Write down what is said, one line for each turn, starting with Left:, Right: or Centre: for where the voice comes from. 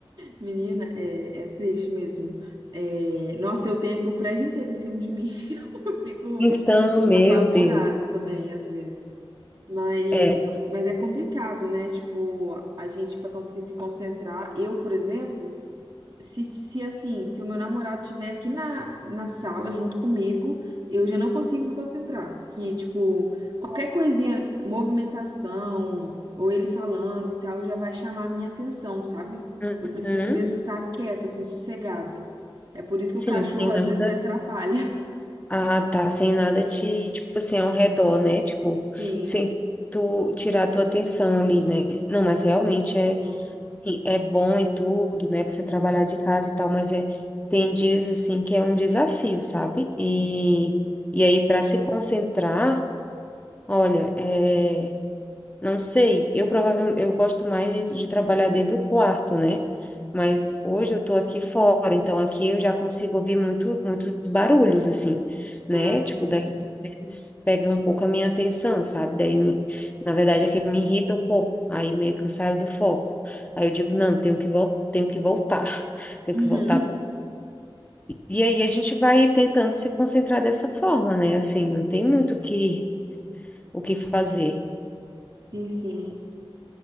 Right: Menina, é, é triste mesmo. É, nossa, eu tenho aqui o prédio inteiro em cima de mim. <laughs> Eu fico
Left: Então, meu
Right: apavorada
Left: Deus,
Right: também, às vezes. Mas,
Left: é.
Right: mas é complicado, né? Tipo, a gente para conseguir se concentrar. Eu, por exemplo. Se, se assim, se o meu namorado estiver aqui na, na sala junto comigo, eu já não consigo me concentrar. Que, tipo, qualquer coisinha, movimentação, ou ele falando e tal, já vai chamar a minha atenção, sabe?
Left: Uhum.
Right: Eu preciso mesmo estar quieta, assim, sossegada. É por isso
Left: Sim,
Right: que o cachorro
Left: sem nada.
Right: às vezes me atrapalha.
Left: Ah, tá, sem nada te, tipo assim, ao redor, né? Tipo,
Right: <laughs> Sim,
Left: sem tu tirar a tua atenção ali, né? Não, mas realmente é,
Right: sim.
Left: sim, é bom e tudo, né? Você trabalhar de casa e tal, mas é, tem dias assim que é um desafio, sabe? E, e aí, para se concentrar, olha, é. Não sei, eu provavelmente eu gosto mais de, de trabalhar dentro do quarto, né? Mas hoje eu tô aqui fora, então aqui eu já consigo ouvir muito, muitos barulhos, assim, né?
Right: Ah, sim.
Left: Tipo, daí às vezes pega um pouco a minha atenção, sabe? Daí, me- na verdade, é que me irrita um pouco, aí meio que eu saio do foco. Aí eu digo, não, tenho que, vol tenho que voltar, <laughs> tenho
Right: Uhum.
Left: que voltar. pro- E aí a gente vai tentando se concentrar dessa forma, né? Assim, não tem muito o que, o que fazer.
Right: Sim, sim.